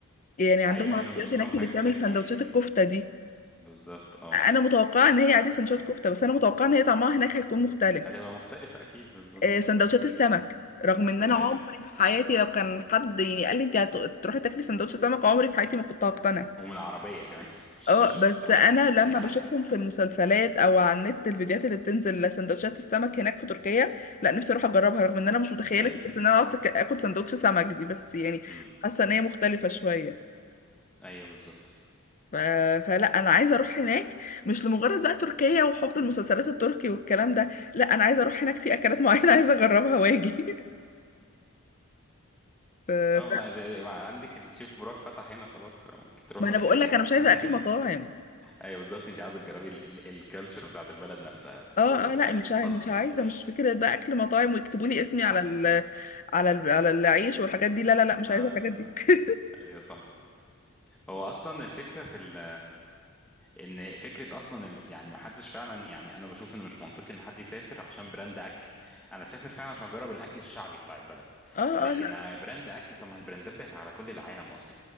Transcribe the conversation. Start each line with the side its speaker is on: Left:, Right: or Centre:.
Left: يعني عندهم
Centre: ايوه ايوه
Left: عربيات
Centre: انا بشوف
Left: هناك
Centre: لهم
Left: اللي
Centre: حاجات
Left: بتعمل
Centre: كده كتير
Left: سندوتشات الكفته دي
Centre: بالظبط اه
Left: انا متوقعه ان هي عادي سندوتشات
Centre: آه.
Left: كفته بس انا متوقعه ان هي طعمها هناك هيكون مختلف
Centre: هتبقى مختلفة اكيد بالظبط
Left: آه، سندوتشات السمك رغم ان انا
Centre: ايوه
Left: عمري في حياتي لو كان حد يعني قال لي انت هتروحي تاكلي سندوتش سمك عمري في حياتي ما كنت هقتنع
Centre: ومن العربية كمان <laughs> مش
Left: اه
Centre: مش
Left: بس
Centre: السمك
Left: انا
Centre: من محل
Left: لما بشوفهم
Centre: حتى
Left: في المسلسلات او على النت الفيديوهات اللي بتنزل لسندوتشات السمك هناك في تركيا لا نفسي اروح اجربها رغم ان انا مش متخيله
Centre: ايوه
Left: فكره ان انا اقعد اكل سندوتش سمك دي بس يعني
Centre: امم
Left: حاسه ان هي مختلفه شويه
Centre: ايوه بالظبط
Left: ف... فلا انا عايزه اروح هناك مش لمجرد بقى تركيا وحب المسلسلات التركي والكلام ده لا انا عايزه اروح هناك في اكلات معينه <laughs> عايزه اجربها واجي ف...
Centre: اه
Left: ف...
Centre: ما ده- ما عندك الشيف براك فتح هنا خلاص فممكن تروحي
Left: ما انا
Centre: تاكلي
Left: بقول
Centre: هناك
Left: لك انا مش عايزه
Centre: <laughs>
Left: اكل مطاعم
Centre: ايوه بالظبط انت عاوزه تجربي الكالتشر بتاعت البلد نفسها
Left: اه
Centre: بالظبط
Left: اه لا
Centre: الاكل
Left: مش
Centre: الخاص
Left: عاي... مش
Centre: بيهم
Left: عايزه
Centre: ايوه
Left: مش فكره بقى اكل مطاعم ويكتبوا لي اسمي
Centre: صح
Left: على ال... على ال... على العيش والحاجات دي لا لا لا مش
Centre: اه
Left: عايزه الحاجات دي <laughs>
Centre: ايوه صح هو اصلا الفكره في ال ان فكره اصلا ال- يعني ما حدش فعلا يعني انا بشوف ان مش منطقي ان حد يسافر عشان براند اكل انا سافر فعلا عشان اجرب الاكل الشعبي بتاع البلد
Left: اه
Centre: لكن
Left: اه لا
Centre: آه، براند اكل طب ما البراندات بقت على كل العالم اصلا